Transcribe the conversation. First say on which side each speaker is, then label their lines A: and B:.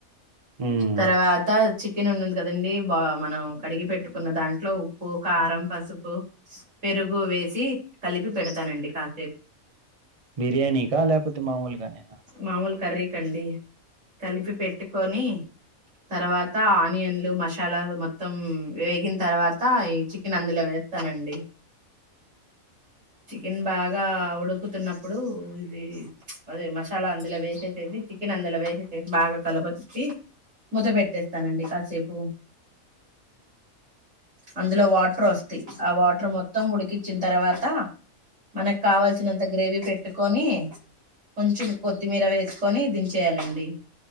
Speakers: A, on the right (about 35°); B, on the right (about 60°).
A: మ్మ్.
B: తర్వాత చికెన్ ఉండుద్ది కదండి బాగా మనం కడిగి పెట్టు ఉన్న దాంట్లో ఉప్పు, కారం పసుపు, పెరుగు వేసి కలిపి పెడతానండి కాస్త
A: బిర్యానీ కా కాక పోతే మామూలుగానా.
B: మామూలు కర్రీ కండి కలిపి పెట్టుకొని తర్వాత ఆనియన్లు, మసాలా మొత్తం వేగిన తర్వాత ఈ చికెన్ అందులో వేస్తానండి. చికెన్ బాగా ఉడుకుతున్నప్పుడు ఇది. అదే మసాలా అందులో వేసేసేసి, చికెన్ అందులో వేసేసేసి బాగా కలబెట్టి. మూత పెట్టేస్తానండి కాసేపు. అందులో వాటర్ వస్తాయి. ఆ వాటర్ మొత్తం ఉడికించిన తర్వాత, మనకు కావాల్సినంత గ్రేవీ పెట్టు. కొని కొంచెం కొత్తిమీర వేసుకొని దించేయాలండి.